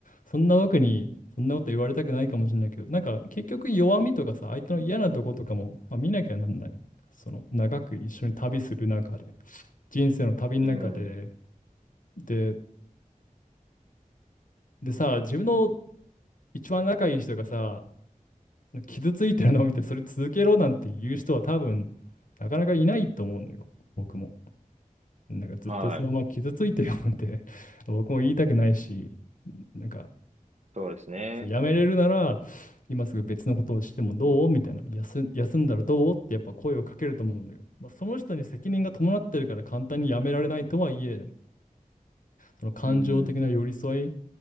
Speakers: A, on the left (about 65°); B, on the right (about 50°).
A: そんな僕にそんなこと言われたくないかもしれないけど、なんか結局弱みとかさ、相手の嫌なとことかも、まあ、見なきゃなんない。その長く一緒に旅する中で、人生の旅の中で、
B: うん、
A: で、でさ、自分の一番仲いい人がさ、傷ついてるのを見て、それ続けろなんて言う人は多分、なかなかいないと思うのよ、僕も。なんかずっとそのまま傷ついてるなんて
B: はい、
A: <laughs> 僕も言いたくないし、なんか、
B: そうですね。
A: そうやめれるなら、今すぐ別のことをしてもどうみたいな、休、休んだらどうってやっぱ声をかけると思うのよ。まあ、その人に責任が伴ってるから簡単にやめられないとはいえ、その感情的な寄り添い
B: うん、